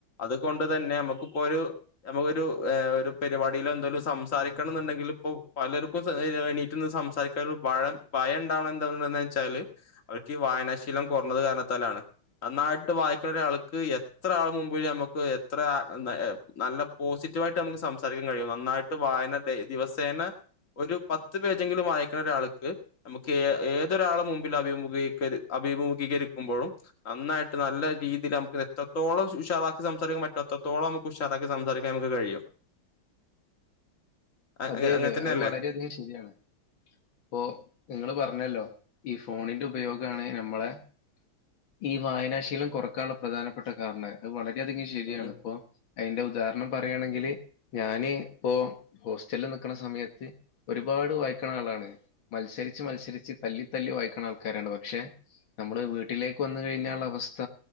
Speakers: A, on the left; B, on the left.
A: അതുകൊണ്ട് തന്നെ നമുക്ക് നമുക്കിപ്പോ ഒരു നമുക്കൊരു ഒരു പരിപാടിയിൽ എന്തേലും സംസാരിക്കണം എന്നുണ്ടെങ്കിൽ ഇപ്പോ പല ർക്കും എണീറ്റ് നിന്ന് സംസാരിക്കാുള്ള ഭയം ഭയം ഉണ്ടാവണത് എന്താന്ന് വെച്ചാൽ അവർക്ക് ഈ വായനാശീ ലം കുറഞ്ഞത് കാരണത്താലാണ് നന്നായിട്ട് വായിക്കുന്ന ഒരാൾക്ക് എത്ര ആള് മുൻപിലും നമുക്ക് എത്ര ആ നല്ല പോസിറ്റീവായിട്ട് നമുക്ക് സംസാരിക്കാൻ കഴിയും നന്നായിട്ട് വായന ദിവസേന ഒരു പത്ത് പേജെങ്കിലും വായിക്കുന്ന ഒരാൾക്ക് നമുക്ക് ഏ ഏതൊരാളുടെ മുമ്പിലും അഭിമുഖീകരിക്കരു അഭി അഭിമുഖീകരിക്കുമ്പോഴും നന്നായിട്ട് നല്ല രീതിൽ നമുക്ക് എത്രത്തോളം ഉഷാറാ ക്കി സംസാരിക്കാൻ പറ്റാത്തത്തോളം നമുക്ക് ഉഷാറാക്കി സംസാരിക്കാൻ നമുക്ക് കഴിയും അ
B: അതെ
A: അങ്ങനെ അങ്ങനെ
B: അതെ
A: തന്നെയല്ലേ
B: അത് വളരെയധികം ശരിയാണ് അപ്പോ നിങ്ങള് പറഞ്ഞല്ലോ ഈ ഫോണിന്റെ ഉപയോഗമാണ് നമ്മളെ ഈ വായനാശീലം കുറക്കാനുള്ള പ്രധാനപ്പെട്ട കാരണം അത് വളരെ വളരെ അധികം ശരിയാണ്
A: ഉം ഉം
B: അപ്പൊ അതിന്റെ ഉദാഹരണം പറയുകയാണെങ്കില് ഞാൻ ഇപ്പൊ ഹോസ്റ്റലിൽ നിക്കണ സമയത്ത് ഒരുപാട് വായിക്കണ ആളാണ് മത്സരിച്ച് മത്സരിച്ച് തല്ലി തല്ലി വായിക്കുന്ന ആൾക്കാരണ്ട് പക്ഷെ നമ്മള് വീട്ടിലേക്ക് വന്ന് കഴിഞ്ഞാ ഉള്ള അവസ്ഥ